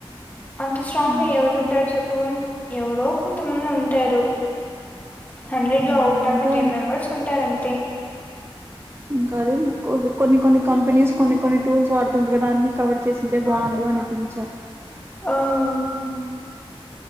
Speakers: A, on the left; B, on the right.
A: అంత స్ట్రాంగ
B: ఆ
A: ఎవరు ఉంటరు చెప్పు ఎవరో కొంతమంది ఉంటారు హండ్రెడ్ లో
B: ఆ
A: అవుట్
B: ఇంకా
A: ఆఫ్ టెన్ మెంబర్స్ ఉంటారు అంతే
B: ఇంకా అదే మో కొన్ని కొన్ని కంపెనీస్ కొన్ని కొన్ని టూల్స్ వాడుతుంటరు కదా అన్ని కవర్ చేసుంటే బావుండు అనిపించ
A: ఆ మ్